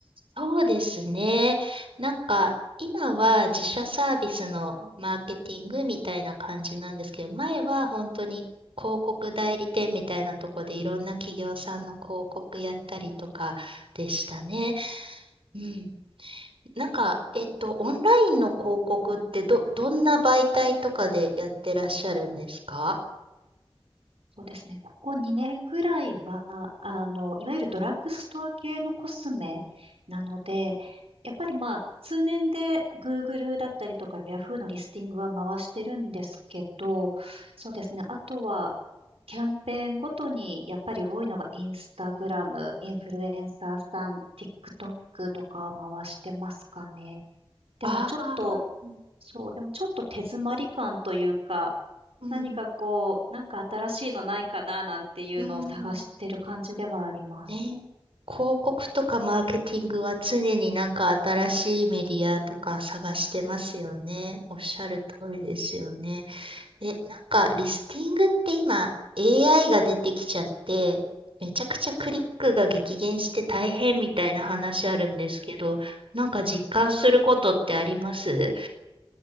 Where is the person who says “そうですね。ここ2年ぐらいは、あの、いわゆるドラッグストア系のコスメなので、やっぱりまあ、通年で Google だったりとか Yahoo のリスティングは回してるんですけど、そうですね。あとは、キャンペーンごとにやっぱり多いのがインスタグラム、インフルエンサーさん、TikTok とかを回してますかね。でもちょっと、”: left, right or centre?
Right